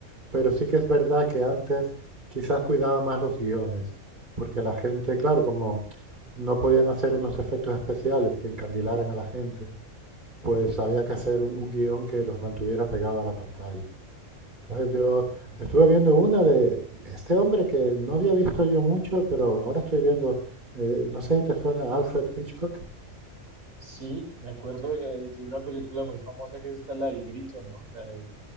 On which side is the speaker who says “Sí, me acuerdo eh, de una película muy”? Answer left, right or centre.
Right